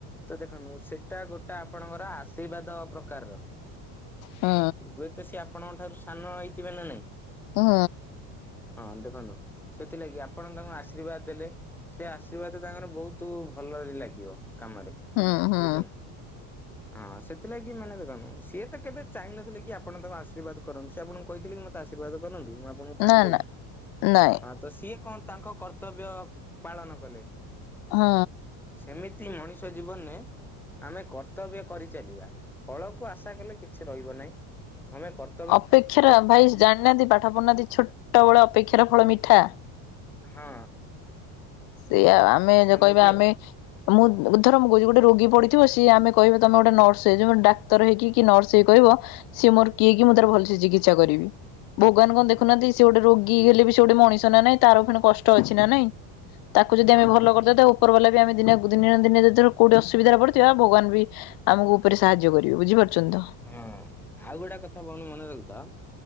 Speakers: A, in the centre; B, on the left.
A: ତ ଦେଖନ୍ତୁ ସେଟା ଗୋଟେ ଆପଣଙ୍କର ଆଶୀର୍ବାଦ ପ୍ରକାରର।
B: ହୁଁ
A: ସେ ହୁଏତ ସିଏ ଆପଣଙ୍କ ଠାରୁ ସାନ ହେଇଥିବେ ନା ନାଇଁ।
B: ହୁଁ।
A: ହଁ ଦେଖନ୍ତୁ ସେଥିଲାଗି ଆପଣ ତାଙ୍କୁ ଆଶୀର୍ବାଦ ଦେଲେ। ସେ ଆଶୀର୍ବାଦ ତାଙ୍କର ବହୁତ ଭଲରେ ଲାଗିବ କାମରେ
B: ହୁଁ ହୁଁ
A: ବୁଝୁଛନ୍ତି ନା। <unintelligible> ହଁ ସେଥିଲାଗି ମାନେ ଦେଖନ୍ତୁ ସିଏ ତ କେବେ ଚାହିଁନଥିଲେ କି ଆପଣ ତାକୁ ଆଶୀର୍ବାଦ କରନ୍ତୁ ସେ ଆପଣଙ୍କୁ କହିଥିଲେ କି ମୋତେ ଆଶର୍ବାଦ କରନ୍ତୁ ମୁଁ ଆପ୍ ଆପଣଙ୍କୁ ପାଣି
B: ନା
A: ଦେବି
B: ନା ନାଇଁ
A: ହଁ ତ ସିଏ କଣ ତାଙ୍କ କର୍ତ୍ତବ୍ୟ ପାଳନ କଲେ।
B: ହୁଁ।
A: ସେମିତି ମଣିଷ ଜୀବନରେ ଆମେ କର୍ତ୍ତବ୍ୟ କରିଚାଲିବା ଫଳକୁ ଆଶା କଲେ କିଛି ରହିବ ନାହିଁ ଆମେ କର୍
B: ଅପେକ୍ଷାର ଭାଇ ଜାଣିନାହାନ୍ତି ପାଠ ପଢ଼ୁନାହାନ୍ତି ଛୋଟବେଳେ ଅପେକ୍ଷାର ଫଳ ମିଠା।
A: ହଁ।
B: ସେଇଆ ଆଉ ଆମେ
A: ସେମିତି
B: ଯଉ କହିବା ଆମେ
A: ଆଉ
B: ମୁଁ ଧର ମୁ କହୁଛି ଗୋଟେ ରୋଗୀ ପଡିଥିବିଏ ସିଏ ଆମେ କିହିବା ତମେ ଗୋଟେ ନର୍ସ ହାଈଜା ଡା ଡାକ୍ତର ହେଇକି କି ନର୍ସ ହେଇ କରିବ ସିଏ ମୋର କିଏ କି ମୁଁ ତାର ଭଲସେ ଚିକିତ୍ସା କରିବି। ଭଗବାନ କଣ ଦେଖୁନାହାନ୍ତି ସେ ଗୋଟେ ରୋଗୀ ହେଲେ ବି ସେ ଗୋଟେ ମଣିଷ ନା ନାଇଁ ତାର ଫୁଣି କଷ୍ଟ ଅଛି ନା ନାଇଁ। ତାକୁ ଯଦି
A: ହଁ
B: ଆମେ ଭଲ
A: ହଁ।
B: କରିଥାଉ ତା ଉପର ବାଲା ବି ଆେ ଦିନେ ଦିନ ଦିନେ କୋଉଠି ଅସୁବିଧାରେ ପଡିଥିବା ଭଗବାନ ବି ଆମକୁ ଉପରେ ସାହାଯ୍ୟ କରିବେ ବୁଝିପାରୁଛନ୍ତି ତ।
A: ହଁ ଆଉ ଗୋଟେ କଥା ଭଉଣ ମନେ ରଖିଥା।